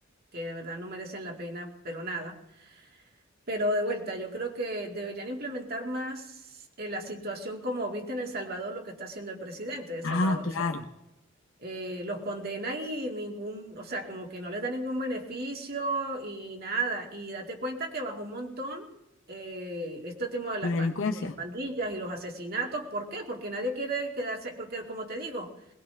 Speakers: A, on the right (about 50°); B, on the left (about 75°).
A: que de verdad no merecen la pena, pero nada. Pero de vuelta, yo creo que deberían implementar más eh, la situación como viste en El Salvador, lo que está haciendo el presidente de El
B: Ah,
A: Salvador.
B: claro,
A: O sea, eh, los condena y ningún, o sea, como que no les da ningún beneficio y nada. Y date cuenta que bajó un montón eh, este tema de las,
B: la delincuencia,
A: pas- de las pandillas y los asesinatos. ¿Por qué? Porque nadie quiere quedarse, porque como te digo,